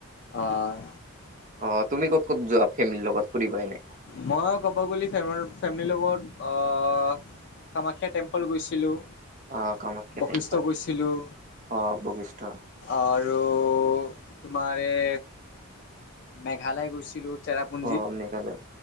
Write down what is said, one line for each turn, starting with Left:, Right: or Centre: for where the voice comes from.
Left: হয়
Right: অ তুমি ক'ত ক'ত যোৱা ফেমিলিৰ লগত ফুৰিব এনে
Left: মই ক'ব গ'লে ফে ফেমিলিৰ লগত অহ কামাখ্যা টেম্পল গৈছিলোঁ
Right: অ', কামাখ্যা
Left: বশিষ্ঠ
Right: টেম্পল
Left: গৈছিলোঁ
Right: অ', বশিষ্ঠ
Left: আৰু তোমাৰ এ মেঘালয় গৈছিলো চেৰাপুঞ্জী
Right: অ', মেঘালয়